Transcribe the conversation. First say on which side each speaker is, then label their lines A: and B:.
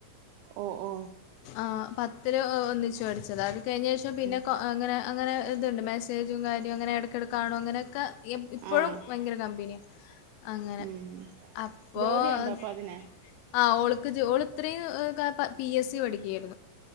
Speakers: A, on the right; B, on the left.
A: ഓ ഓ
B: ആഹ്. പത്തില് ഒന്നിച്ച് പഠിച്ചതാ കഴിഞ്ഞ ശേഷം പിന്നെ
A: ഉം
B: കൊ അങ്ങെനെ അങ്ങെനെ. ഇതുണ്ട് മെസ്സേജും കാര്യോ. അങ്ങെനെ ഇടക്കെടക്കാണും അങ്ങനെക്കെ. എം എപ്പോഴും
A: ആഹ്
B: ഭയങ്കര കമ്പനിയാണ് അങ്ങനെ
A: ഉം
B: അപ്പോൾ
A: ജോലിയുണ്ടോ അപ്പൊ അതിന്
B: ആ ഓള്ക്ക് ഓള് ഇത്രയും ക പി എസ് സി പഠിക്കുകയായിരുന്നു